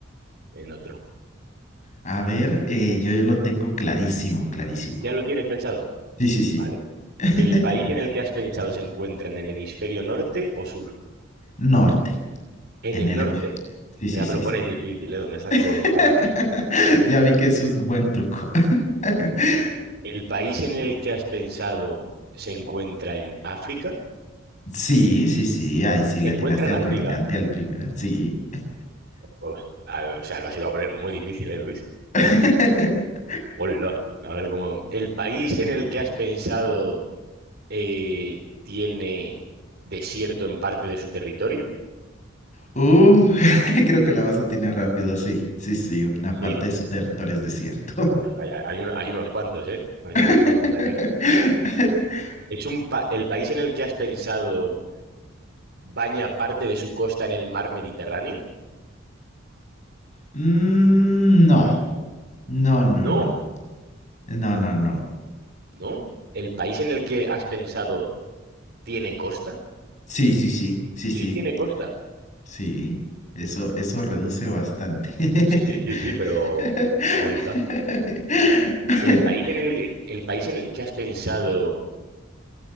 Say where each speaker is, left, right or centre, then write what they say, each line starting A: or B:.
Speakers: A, on the right; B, on the left.
A: en otro.
B: A ver, eh, yo lo tengo clarísimo, clarísimo.
A: ¿Ya lo tienes pensado?
B: Sí, sí, sí.
A: Vale.
B: <laughs>
A: ¿El país en el que has pensado se encuentra en el hemisferio norte o sur?
B: Norte,
A: En
B: en
A: el
B: el...
A: norte.
B: Sí, sí,
A: Ya
B: sí,
A: me lo
B: sí.
A: pones difícil, ¿eh? ¿Dónde están todos
B: <laughs>
A: los países?
B: Ya vi que es un buen truco. <laughs>
A: ¿El país en el que has pensado se encuentra en África?
B: Sí, sí, sí. Ay, sí, le
A: ¿Se encuentra
B: atinaste
A: en
B: al
A: África?
B: continente, al primero. Sí.
A: Pues, a ver, o sea, lo has ido a poner muy difícil, ¿eh, Luis?
B: <laughs>
A: Hola. A ver cómo. ¿El país en el que has pensado eh, tiene desierto en parte de su territorio?
B: Uh, <laughs> creo que la vas a tener rápido, sí. Sí, sí, una
A: Sí.
B: parte de su territorio es desierto.
A: Uf, hay, hay- hay un- hay unos cuantos, ¿eh? Hay
B: <laughs>
A: unos cuantos aquí. ¿Es un pa- el país en el que has pensado? baña parte de su costa en el mar Mediterráneo?
B: Mm, no, no, no,
A: No,
B: no. No, no, no.
A: no. ¿El país en el que has pensado tiene costa?
B: Sí, sí, sí, sí,
A: Sí,
B: sí,
A: tiene costa.
B: sí. Eso, eso reduce bastante. <laughs>
A: Sí, sí, sí, pero... Hola. ¿El país en el que, el país en el que has pensado